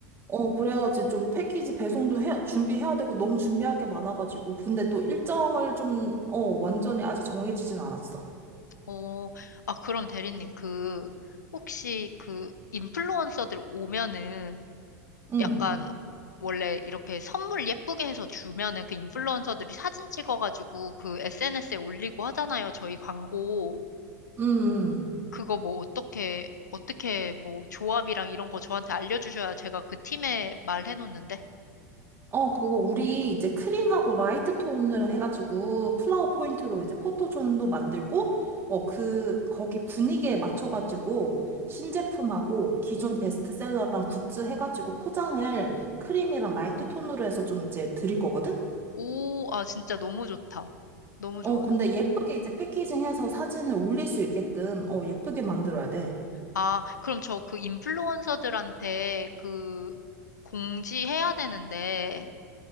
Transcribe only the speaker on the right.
어, 그래야지 좀 패키지 배송도 해, 준비해야 되고 너무 준비할 게 많아가지고. 근데 또 일정을 좀, 어, 완전히 아직 정해지진 않았어.
응,
응, 응.
어, 그거 우리 이제 크림하고 라이트 톤을 해가지고 플라워 포인트로 이제 포토존도 만들고, 어, 그, 거기 분위기에 맞춰가지고 신제품하고 기존 베스트셀러랑 굿즈 해가지고 포장을 크림이랑 라이트 톤으로 해서 좀 이제 드릴 거거든?
어,
근데 예쁘게 이제 패키징해서 사진을 올릴 수 있게끔, 어, 예쁘게 만들어야 돼.